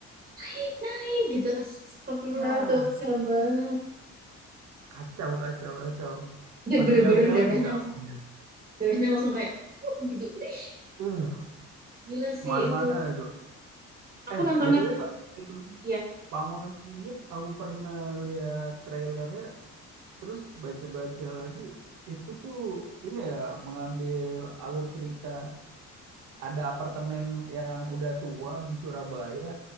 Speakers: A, on the right; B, on the right.
A: naik, naik gitu. Astagfirullah,
B: Ya,
A: itu serem banget.
B: kacau, kacau, kacau.
A: Dan
B: Langsung
A: bener-bener
B: geleng-geleng
A: darahnya
B: gitu
A: langsung
B: habisnya.
A: darahnya langsung kayak tuh gitu. Ih,
B: Uh,
A: gila sih
B: kemana-mana
A: itu.
B: itu.
A: Aku
B: Eh,
A: nontonnya
B: BTW
A: pun
B: kok film
A: iya.
B: Bangunan Langit aku pernah lihat trailernya, terus baca-baca lagi. Itu tuh ini ya mengambil alur cerita ada apartemen yang udah tua di Surabaya,